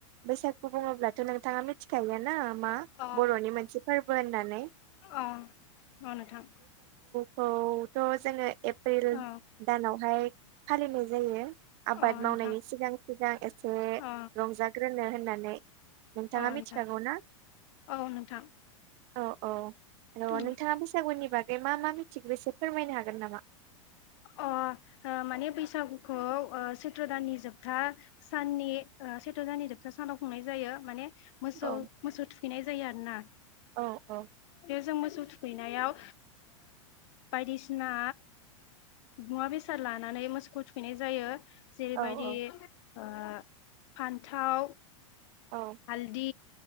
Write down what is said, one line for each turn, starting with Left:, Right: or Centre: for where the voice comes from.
Right: बैसागु बुङोब्लाथ नोंथाङा मिथिखायो ना मा
Left: अ
Right: बर'नि मोनसे फोरबो होननानै
Left: अ अ नोंथां
Right: खौथ जोङो एप्रिल
Left: अ
Right: दानावहाय फालिनाय जायो आबाद
Left: अ
Right: मावनायनि
Left: नोंथां
Right: सिगां सिगां एसे
Left: अ
Right: रंजाग्रोनो होननानै नोंथाङा
Left: अ
Right: मिथिखागौ
Left: नोंथां
Right: ना
Left: औ नोंथां
Right: औ औ औ
Left: उम
Right: नोंथाङा बैसागुनि बागै मा मा मिथिगौ बेसे फोरमायनो हागोन नामा?
Left: अ ओ माने बैसागुखौ ओ सैथ्र दाननि जोबथा साननि ओ सैत्र दाननि जोबथा सानाव खुंनाय जायो माने मोसौ
Right: औ
Left: मोसौ थुखैनाय जायो आरो ना
Right: औ औ
Left: बे जों मोसौ थुख खैनायाव बायदिसिना मुवा बेसाद लानानै मोसौखौ थुखैनाय जायो जेरैबायदि
Right: औ औ
Left: ओ फान्थाव
Right: औ
Left: हालदि